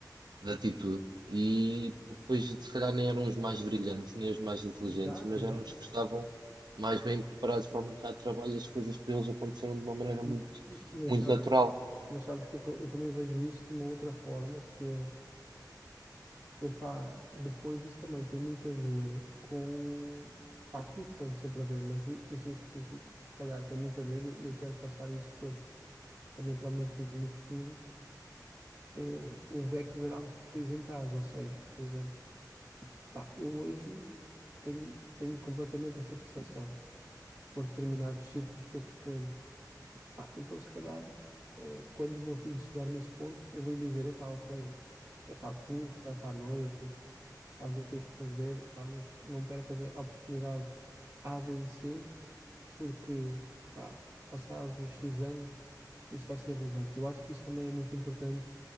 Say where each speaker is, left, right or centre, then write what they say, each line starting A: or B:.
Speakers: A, on the right (about 80°); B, on the right (about 40°).
A: de atitude e depois se calhar nem eram os mais brilhantes, nem os mais inteligentes,
B: Exato,
A: mas
B: exato.
A: eram os que estavam mais bem preparados para o mercado de trabalho e as coisas para eles aconteceram de uma maneira
B: M-
A: muito,
B: m- Mas
A: muito
B: sabes,
A: natural.
B: Mas sabes que eu eu também vejo isso de uma outra forma, que é, epá, depois isso também tem muito a ver com, pá, tudo tem sempre a ver, mas i- isso em específico, se calhar tem muito a ver e eu, eu quero passar isso depois, também para o meu filho no futuro, é o background que tu tens em casa, ou seja, por exemplo, pá, eu hoje tenho, tenho completamente essa percepção por determinados círculos que eu frequento. Pá, então, se calhar, eh, quando o meu filho chegar nesse ponto, eu vou lhe dizer: epá, ok, epá, curte, vai para a noite, faz o que tens de fazer, epá, mas não percas a a oportunidade A, B e C, porque, pá, passados os X anos, isso vai ser relevante. Eu acho que isso também é muito importante,